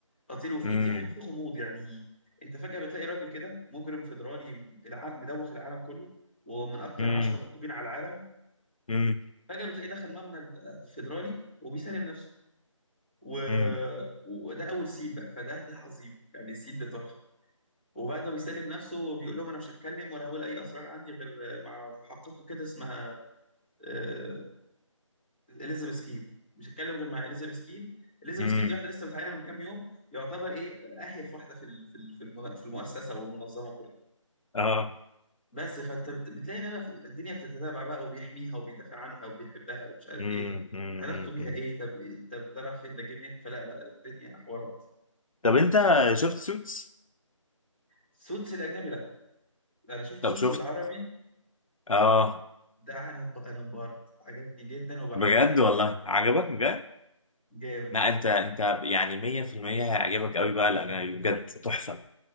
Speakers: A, on the left; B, on the left.
A: خطير وفي
B: امم
A: في حاجه في غموض يعني انت فجاه بتلاقي راجل كده مجرم فيدرالي العالم مدوخ العالم كله ومن اكتر
B: امم
A: عشرة مطلوبين على العالم
B: امم
A: فجاه بتلاقيه دخل مبنى فيدرالي وبيسلم نفسه و...
B: امم
A: وده اول سين بقى فده ده عظيم يعني السين ده تحفه وبعد ما بيسلم نفسه وبيقول لهم انا مش هتكلم ولا هقول اي اسرار عندي غير مع محققه كده اسمها آه، اليزابيث كين مش هتكلم غير مع اليزابيث كين اليزابيث
B: امم
A: كين دي واحده لسه متعينه من كام يوم يعتبر ايه اهيف واحده في ال- في ال- في المن- في المؤسسه والمنظمه كلها
B: اه
A: بس فانت بت- بتلاقي إن بقى في- الدنيا بتتتابع بقى وبيحميها وبيدافع عنها وبيحبها ومش عارف
B: امم
A: ايه طب
B: امم
A: علاقته
B: امم
A: بيها
B: أمم.
A: ايه طب طب ده راح فين ده جه منين فلا لا الدنيا حوارات
B: طب انت شفت سوتس
A: سوتس الاجنبي انا شفت
B: طب
A: صوتي
B: شفت
A: بالعربي
B: اه
A: ده انا انا انبهرت عجبني جدا وبعشقه
B: بجد والله عجبك
A: اه
B: بجد
A: جامد
B: لا انت انت يعني 100% هيعجبك قوي بقى الاجنبي بجد تحفة